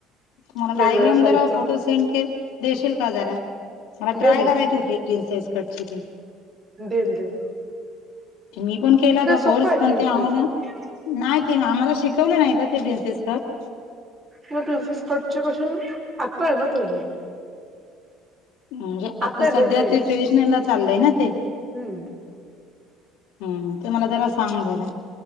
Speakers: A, on the left; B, on the right.
A: मला
B: वेगवेगळ्या
A: डायग्राम
B: साईजचा
A: जरा फोटो सेंड के देशील का जरा, मला
B: देन
A: ट्राय
B: ना
A: करायचे होते. प्रिन्सेस कटचे ते
B: देईन, देईन
A: मी पण केला ग कोर्स,
B: सोपं आहे
A: पण
B: प्रिन्सेस
A: ते आम्हाला
B: कट
A: नाय ते आम्हाला शिकवलं नाही गं ते प्रिन्सेस कट
B: म तुझं स्कटचे कशून आत्ता आहे ना ते हे
A: म्हणजे आता
B: आत्ता आहे
A: सध्या
B: तो ट्रेंड
A: ते ट्रेडिशनलला चाललंय ना ते
B: हम्म
A: हं, ते मला जरा सांग जरा,